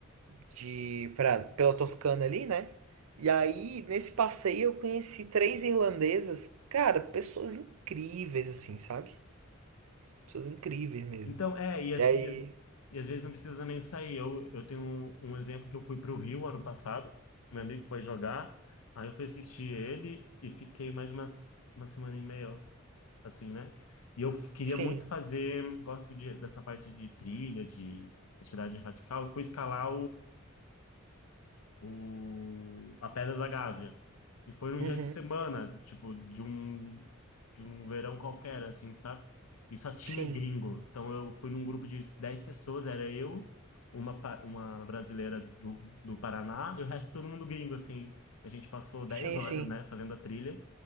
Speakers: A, on the right; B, on the left.
A: de pra, pela Toscana ali, né? E aí, nesse passeio, eu conheci três irlandesas, cara, pessoas incríveis, assim, sabe? Pessoas incríveis mesmo.
B: Então, é, e assim,
A: E aí,
B: às- e às vezes não precisa nem sair. Eu, eu tenho um, um exemplo que eu fui para o Rio ano passado, meu amigo foi jogar, aí eu fui assistir ele e fiquei mais umas, uma semana e meia, assim, né? E eu f- queria
A: sim,
B: muito fazer, gosto de, dessa parte de trilha, de atividade radical, eu fui escalar o, a Pedra da Gávea. E foi num
A: uhum,
B: dia de semana, tipo, de um, de um verão qualquer, assim, sabe? E só tinha
A: sim,
B: gringo. Então eu fui num grupo de 10 pessoas, era eu, uma, pa- uma brasileira do, do Paraná e o resto todo mundo gringo, assim. A gente passou dez
A: sim,
B: horas,
A: sim,
B: né, fazendo a trilha.